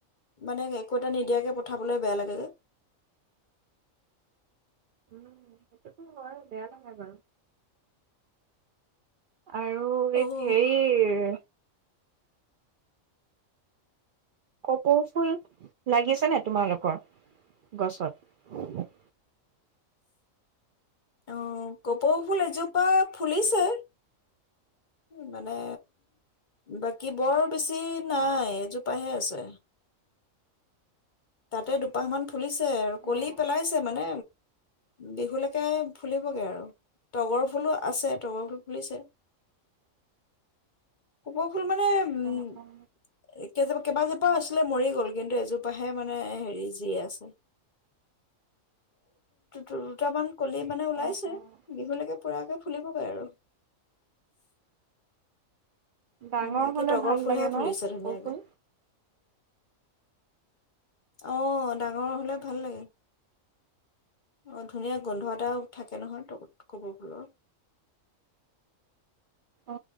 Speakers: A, on the left; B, on the right.
A: মানে একো এটা নিদিয়াকে পঠাবলৈ বেয়া লাগে যে
B: উম সেইটোতো হয় বেয়া নহয় বাৰু আৰু
A: অ'
B: এক হেৰি কপৌ ফুল লাগিছে নে তোমালোকৰ গছত
A: অ কপৌফুল এজোপা ফুলিছে মানে উ বাকী বৰ বেছি নাই এজোপাহে আছে তাতে দুপাহ মান ফুলিছে আৰু
B: অ',
A: কলি পেলাইছে মানে বিহুলৈকে ফুলিবগে আৰু তগৰ ফুলো আছে তগৰ ফুল ফুলিছে। কপৌ ফুল মানে উম
B: অ', অ',
A: কেইবা কেইবাজোপা আছিলে মৰি গল কিন্তু এজোপা হে মানে হেৰি যি আছে। দু দুটামান কলি মানে ওলাইছে
B: অ', অ',
A: বিহুলৈকে পৰাগে ফুলিবগৈ আৰু
B: ডাঙৰ
A: বাকী
B: হ'লে
A: তগৰ
B: ভাল
A: ফুলহে
B: লাগে ন
A: ফুলিছে
B: কপৌ
A: ধুনীয়াকে
B: ফুল?
A: অ ডাঙৰ হলে ভাল লাগে অ ধুনীয়া গোন্ধ এটাও থাকে নহয় তগৰ কপৌফুলৰ
B: অ